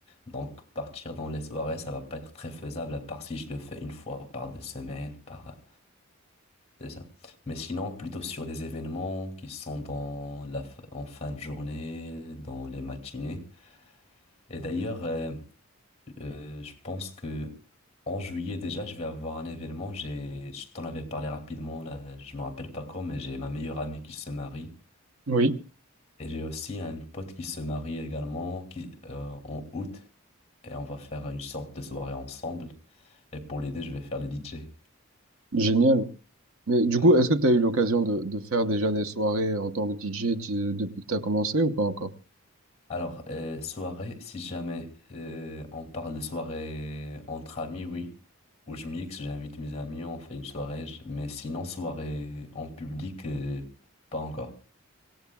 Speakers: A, on the left; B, on the right.
A: Donc, partir dans les soirées, ça va pas être très faisable, à part si je le fais une fois par deux semaines, par, c'est ça. Mais sinon, plutôt sur des événements qui sont dans la, f- en fin de journée, dans les matinées. Et d'ailleurs, euh, Euh, je pense que en juillet déjà, je vais avoir un événement. J'ai, je t'en avais parlé rapidement, là, je me rappelle pas quand, mais j'ai ma meilleure amie qui se marie.
B: Oui.
A: Et j'ai aussi un pote qui se marie également qui, euh, en août. Et on va faire une sorte de soirée ensemble. Et pour les deux, je vais faire le DJ.
B: Génial. Mais du
A: Ouais.
B: coup, est-ce que tu as eu l'occasion de, de faire déjà des soirées en tant que DJ de- depuis que tu as commencé ou pas encore?
A: Alors, euh, soirée, si jamais euh, on parle de soirée entre amis, oui. Où je mixe, j'invite mes amis, on fait une soirée. je- Mais sinon, soirée en public, euh, pas encore.